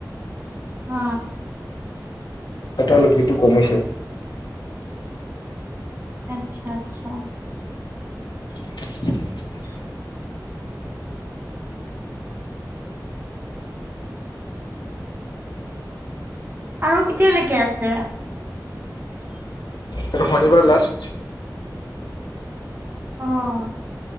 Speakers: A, on the right; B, on the left.
A: অ
B: এটা লভিটো কমিছো।
A: আচ্ছা আচ্ছা
B: <unintelligible>
A: আৰু কেতিয়ালৈকে আছে।
B: এইটো শনিবাৰ লাষ্ট।
A: আহ